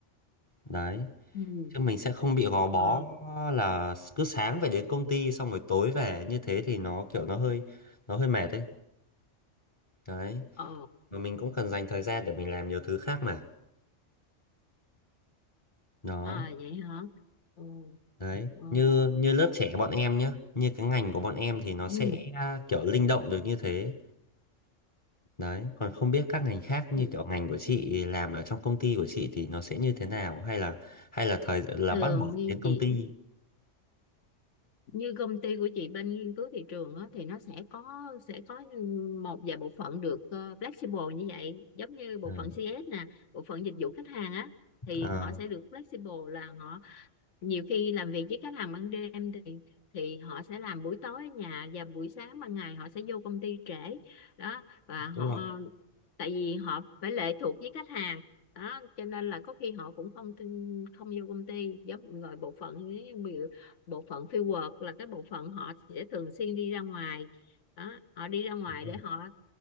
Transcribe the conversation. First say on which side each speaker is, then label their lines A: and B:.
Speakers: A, on the left (about 25°); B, on the left (about 70°).
A: đấy
B: ừ
A: chứ mình sẽ không bị gò bó
B: ờ
A: là cứ sáng phải đến công ty xong rồi tối về như thế thì nó kiểu nó hơi nó hơi mệt đấy đấy
B: ờ
A: mà mình cũng cần dành thời gian để mình làm nhiều thứ khác mà đó
B: à vậy hả? Ừ.
A: đấy
B: Ờ.
A: như như lớp trẻ bọn em nhá như cái ngành của bọn em thì nó sẽ
B: Ừ.
A: kiểu linh động được như thế đấy còn không biết các ngành khác như
B: ừ.
A: kiểu ngành của chị làm ở trong công ty của chị thì nó sẽ như thế nào hay là hay là thời là
B: Thường
A: bắt buộc phải
B: như
A: đến công
B: chị
A: ty
B: như công ty của chị bên nghiên cứu thị trường á, thì nó sẽ có sẽ có một vài bộ phận được ờ, flexible như vậy giống như bộ
A: ừ.
B: phận CS nè bộ phận dịch vụ khách hàng á thì
A: à,
B: họ sẽ được flexible là họ nhiều khi làm việc với khách hàng ban đêm thì thì họ sẽ làm buổi tối ở nhà và buổi sáng ban ngày họ sẽ vô công ty trễ đó và họ
A: đúng rồi
B: tại vì họ phải lệ thuộc với khách hàng đó cho nên là có khi họ cũng không tin- không vô công ty giống rồi bộ phận ấy, ví dụ bộ phận fieldwork là cái bộ phận họ sẽ thường xuyên đi ra ngoài đó họ đi ra ngoài
A: đúng rồi
B: để họ